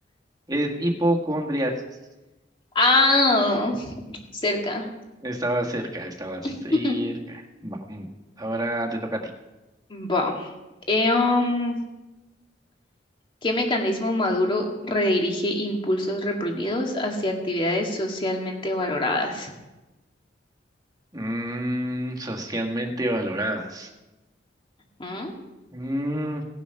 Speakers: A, on the right; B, on the left.
A: Es hipocondriasis.
B: Ah, cerca.
A: Estaba cerca, estaba cerca.
B: <laughs>
A: Va, mm, ahora te toca a ti.
B: Va. Em, ¿Qué mecanismo maduro redirige impulsos reprimidos hacia actividades socialmente valoradas?
A: Mm, socialmente valoradas.
B: ¿Mm?
A: Mm,